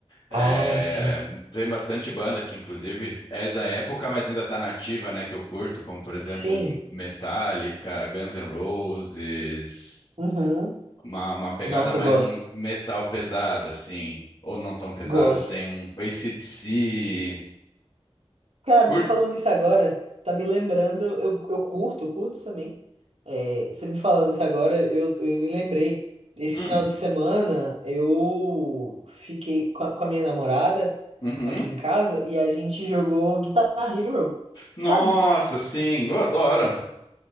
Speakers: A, on the left; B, on the right.
A: É,
B: Ah, sim.
A: tem bastante banda que, inclusive, é da época, mas ainda tá nativa, né? Que eu curto, como por exemplo,
B: Sim.
A: um Metallica, Guns N' Roses.
B: Uhum.
A: uma, uma pegada
B: Nossa,
A: mais
B: eu gosto.
A: um metal pesado, assim, ou não tão pesado,
B: Gosto.
A: tem um AC/DC.
B: Cara,
A: Curto.
B: você falando isso agora, tá me lembrando. Eu, eu curto, eu curto também. É, você me falando isso agora, eu, eu me lembrei. Esse
A: Hum,
B: final de semana, eu fiquei com a, com a minha namorada
A: uhum.
B: aqui em casa e a gente jogou Guitar Hero,
A: Nossa,
B: sabe?
A: sim, eu adoro.